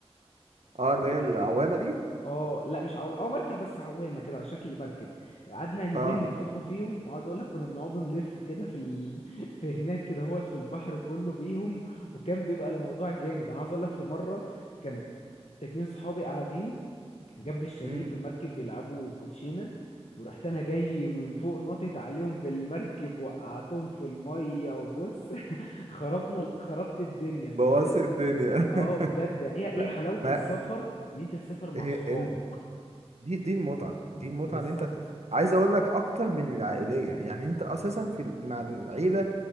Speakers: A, on the right; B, on the left.
A: اه
B: كنا
A: اللي هي العوامه
B: جايبين
A: دي
B: اه لا مش عوام اه مركب بس عوامه كده على شكل مركب قعدنا يومين
A: اه
B: ننفخوا فيهم وعاوز اقول لك كنا بنقعد نلف كده في ال... <laughs> في هناك كده هوت في البحر كله بيهم وكان بيبقى الموضوع جامد انا عاوز اقول لك في مره كان اتنين صحابي قاعدين جنب الشاليه
A: امم
B: في المركب بيلعبوا كوتشينة ورحت انا جاي من فوق نطت عليهم بالمركب وقعتهم في المية وبص <laughs> خربنا ال- خربت الدنيا يعني
A: بوظت
B: ال-
A: الدنيا
B: اه بجد
A: <laughs>
B: يعني هي ايه
A: لا
B: حلاوة
A: ما
B: السفر ان انت تسافر مع
A: إيه-
B: صحابك
A: إن- دي دي المتعة دي المتعة
B: بالظبط
A: اللي انت ت- عايز اقول لك اكتر من العائلية يعني انت اساسا في ال- مع العيلة